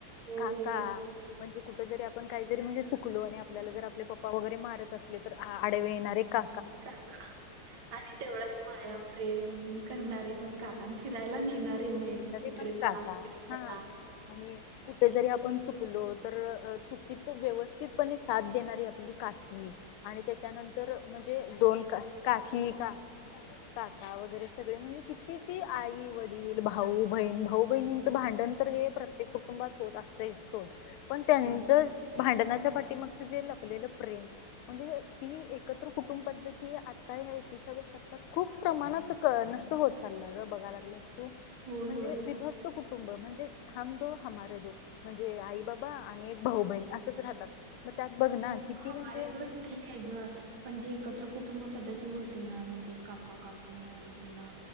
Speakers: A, on the right; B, on the left.
A: हो,
B: काका
A: हो, हो.
B: म्हणजे कु जरी आपण काही जरी म्हजे चुकलो आणि आप आपल्याला जर आपले पप्पा वगैरे, मारत असले तर आडवे येणारे का
A: काका आणि तेवढंच माया, प्रेम करणारे पण का फिरायला नेणार. मेन
B: तरी
A: इकडे
B: पण
A: चला,
B: काटा
A: तिकडे
B: हा
A: चला.
B: आणि कुठे जरी आपण चुकलो तर चुकीत व्यवस्थितपणे साथ देणारी आपली काकी आणि त्याच्यानंतर म्हणजे दोन का काकी
A: हो.
B: का काका वगैरे सगळे म्हणजे किती ती आई वडील भाऊ-बहीण भाऊ बहिणीचं भांडण तर हे प्रत्येक कुटुंबात होत असतयच सोड पण त्यांचं
A: होय,
B: भांडणाच्या पाठीमागच जे लपलेलं प्रेम म्हणजे ही एकत्र कुटुंब पद्धती आता ह्या एकविसाव्या शतकात खूप प्रमाणात नष्ट होत चालल्या ग बघायला लागल्यास तु म्हणजे
A: होय, होय.
B: विभक्त कुटुंब म्हणजे हम दो हमारे दो म्हणजे आई बाबा आणि एक भाऊ बहिण असंच राहतात मग त्यात बघ ना
A: हम
B: किती
A: तो हमारे
B: म्हणजे
A: दो एक ठीक आहे ग पणजे एकत्र कुटुंब पद्धती होती ना म्हणजे काका काकू म्हण किंवा